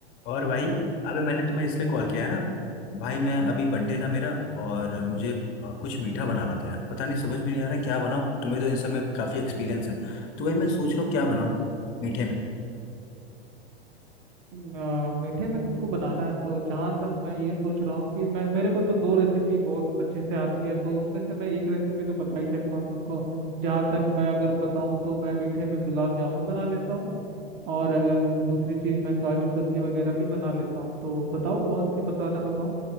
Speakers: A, on the left; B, on the right.
A: और भाई अबे मैंने तुम्हें इसलिए कॉल किया है ना भाई मैं अभी बर्थडे था मेरा और मुझे अ, कुछ मीठा बनाना था यार पता नहीं समझ में नहीं आ रहा है क्या बनाऊँ तुम्हें तो इन सब में काफ़ी एक्सपीरियंस है तो भाई मैं सोच रहा हूँ क्या बनाऊँ मीठे में
B: आ, मीठे में तुमको बनाना है तो जहाँ तक मैं ये सोच रहा हूँ कि मैं मेरे को तो दो रेसिपी बहुत अच्छे से आती है तो उसमें से मैं एक रेसिपी तो बता ही सकता हूँ तुमको जहाँ तक मैं अगर बताऊँ तो मैं मीठे में गुलाब जामुन बना लेता हूँ और आ, दूसरी चीज़ मैं काजू कतली वगैरह भी बना लेता हूँ तो बताओ कौन सी बताना बताऊँ